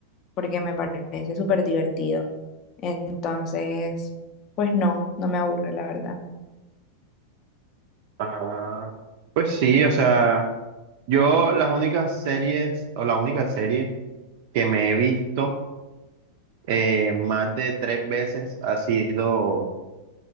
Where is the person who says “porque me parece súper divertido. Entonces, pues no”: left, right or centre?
Left